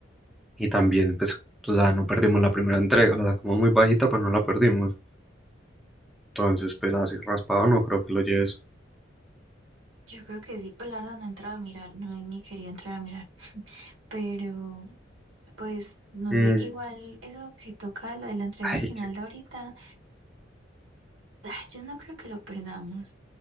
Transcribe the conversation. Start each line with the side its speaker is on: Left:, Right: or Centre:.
Centre: y también pues, o sea, no perdimos la primera entrega, la sacamos muy bajita, pero no la perdimos. Entonces, pues así raspado no creo que lo lleves.
Right: Yo creo que sí, pues la verdad no he entrado a mirar, no he ni querido entrar a mirar, pero Pues no
Centre: Mm.
Right: sé, igual eso que toca lo de la entrega
Centre: Ay,
Right: final
Centre: qué-
Right: de ahorita, ah, yo no creo que lo perdamos.